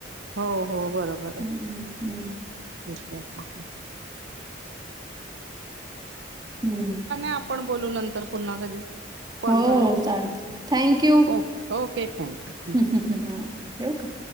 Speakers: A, on the right (about 70°); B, on the right (about 20°).
A: हो हो बरोबरय.
B: हम्म हम्म!
A: ठीकाय ठीक हाय!
B: हम्म!
A: आपण बोलू नंतर पुन्हा कधी. कॉलवरच
B: हो हो चालतंय thank you!
A: Okay okay thank you
B: हा ठेऊ का?